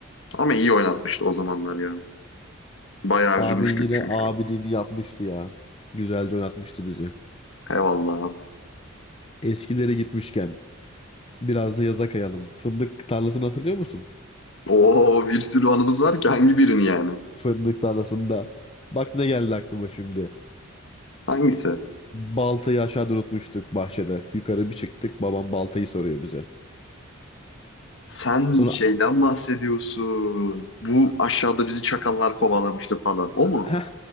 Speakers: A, on the left; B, on the left.
A: Ama iyi oynatmıştı o zamanlar ya. Bayağı
B: Abin
A: üzülmüştük
B: yine
A: çünkü.
B: abiliğini yapmıştı ya. Güzelce oynatmıştı bizi.
A: Eyvallah.
B: Eskilere gitmişken biraz da yaza kayalım. Fındık tarlasını hatırlıyor musun?
A: Oo bir sürü anımız var ki hangi birini yani?
B: Fındık tarlasında. Bak ne geldi aklıma şimdi.
A: Hangisi?
B: Baltayı aşağıda unutmuştuk bahçede. Yukarı bir çıktık babam baltayı soruyor bize.
A: Sen
B: Sonra
A: şeyden bahsediyorsun. Bu aşağıda bizi çakallar kovalamıştı falan. O mu?
B: heh,